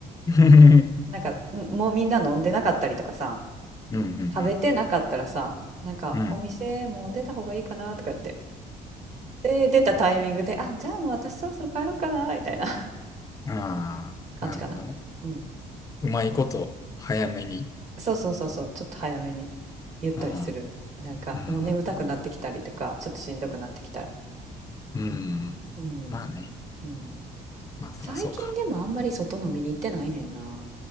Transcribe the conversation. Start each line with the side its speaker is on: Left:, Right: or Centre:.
Left: <laughs>
Right: なんか、んもうみんな飲んでなかったりとかさ。
Left: うんう
Right: 食べてなかったらさ、
Left: ん
Right: なんかお店もう出た方がいいかなとか言って。
Left: うん。うん。
Right: で、出たタイミングで、あ、じゃあもう私そろそろ帰ろうかなみたいな <laughs>
Left: <laughs> ああ、
Right: 感じかな。
Left: なるほどね。
Right: うん。
Left: うまいこと、早めに。
Right: そうそうそうそう、ちょっと早めに言ったりする。
Left: うん。
Right: なんかもう眠たくなってきたりとか、
Left: うん
Right: ちょっとしんどくなってきたら。
Left: うん。うん。
Right: うん。
Left: まあね。
Right: うん。
Left: まあ、そりゃそうか。
Right: 最近でもあんまり外飲みに行ってないねんな。